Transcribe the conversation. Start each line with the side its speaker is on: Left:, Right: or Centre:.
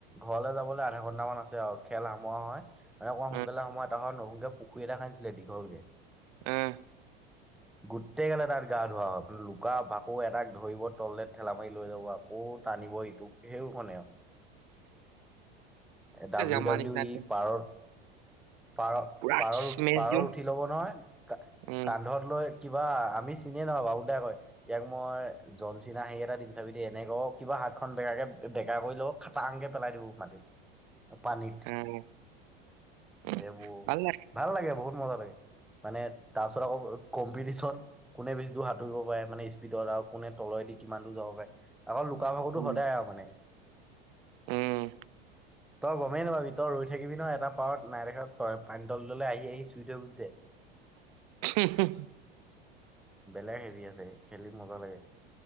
Centre: ঘৰলৈ যাবলৈ আধাঘন্টা মান আছে আৰু খেল সামৰা হয়, <unintelligible>
Right: অ
Centre: <unintelligible> নতুনকে পুখুৰী এটা খান্দিছিলে দীঘলকে।
Right: উম।
Centre: গোটেই গালে তাত গা ধোৱা হয়, লুকা, ভাকু এটাক ধৰিব তললে ঠেলা মাৰি লৈ যাব, আকৌ টানিব ইটোক সেই <unintelligible> এ ডাব্লিউ
Right: আমাৰ
Centre: ডাব্লিউ
Right: নিচিনা একদম
Centre: ই পাৰত পাৰ
Right: পুৰা
Centre: পাৰৰ
Right: স্মেচ
Centre: পাৰৰ
Right: দিওঁ
Centre: উঠি ল'ব নহয় কা
Right: উম
Centre: কান্ধত লৈ কিবা আমি চিনিয়ে নাপাওঁ বাবু দাই কয়, ইয়াক মই জনচিনা হেয়ি এটা দিম চাবি দেই এনেকে ক'ব কিবা ভাত খন বেগাকে বেকাা কৰি ল খাটা আংকে পেলাই দিব মাটিত পানীত
Right: উম উম,
Centre: এইবোৰ
Right: ভাল লাগে
Centre: ভাল লাগে বহুত মজা লাগে মানে তাৰ পাছত আকৌ কম্পিটিচন কোনে বেছ দোৰ সাঁতুব পাৰে মানে স্পীডত আৰু কোনে তলেদি কিমান দূৰ যাব পাৰে আকৌ লুকা ভাকুতো
Right: উম
Centre: সদায় আৰু মানে।
Right: উম
Centre: তই গমেই নাপাবি তই ৰৈ থাকিবি ন এটা পাৰত নাই দেখা তই পানী তলে তলে আহি আহি চুই থৈ গৈছে।
Right: <unintelligible>
Centre: বেলেগ হেভি আছে খেলি মজা লাগে।